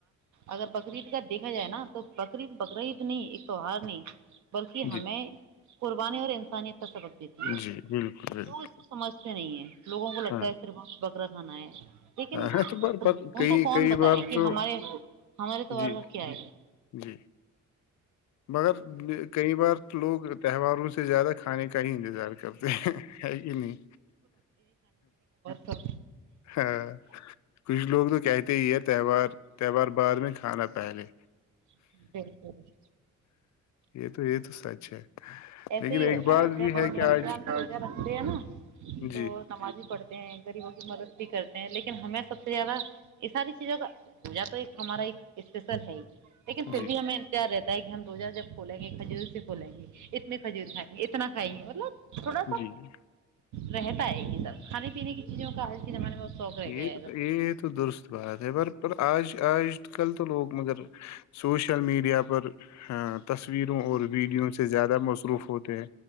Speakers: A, on the right; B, on the left.
A: اگر بکریید کا دیکھا جائے نا تو بقرید بقرعید نہیں ایک تہوار نہیں کہ ہمیں
B: جی
A: قربانی اور انسانیت سبق دیتی ہے
B: جی بالکل بالکل
A: لوگ اس کو سمجھتے نہیں ہے لوگوں کو لگتا
B: ہاں
A: ہے صرف ہم وقت ک را کانے ہے لیکن
B: ہاں تو پر
A: ان
B: کئی
A: کو کون
B: کئی
A: بتائے
B: بار
A: کہ
B: تو
A: ہمارے ہمارے تہوار
B: جی
A: کا کیا ہے
B: جی مگر کئی بار لوگ تہواروں سے زیادہ کھانے کا ہی انتظار کرتے ہیں ہے کہ نہیں
A: سب
B: ہاں کچھ لوگ تو کہتے ہی ہے تہوار تہوار بعد میں کھانا پہلے
A: ہے بالکل
B: یہ تو یہ تو سچ ہے
A: ایسے
B: لیکن
A: ہی
B: ایک
A: ہوتا
B: بات
A: ہے
B: بھی
A: جب ہم
B: کہ
A: رمضان
B: آج
A: دہ رکھتے ہیں نا
B: جی
A: تو نماز ہی پڑھتے گریبوں کی مد بھی کرتے لیکن ہمیں سب سے زیادہ یہ ساری چیزوں کا پوجا تو ایک ہمارا ایک اسپیشل ہے ہی لیکن پھر
B: جی
A: بھی ہمیں انتار رہتا کہ ہم روزہ جب کھولیں گے کھجور سے کھولیں گے نہیںھجر خھ گ کتنا کائیں گے مطلب تھوڑا سا
B: جی جی
A: رہتا ہے یہ سب کھانے پینے کی چیزوں کا آج کے زمانے میں بہت شوق رہ
B: یہ
A: گیا ہے بس
B: یہ تو درست بات ہے پر پر آج آج کل تو لوگ مگر سوشل میڈیا پر تصویروں اور ویڈیو سے زیادہ مصروف ہوتے ہیں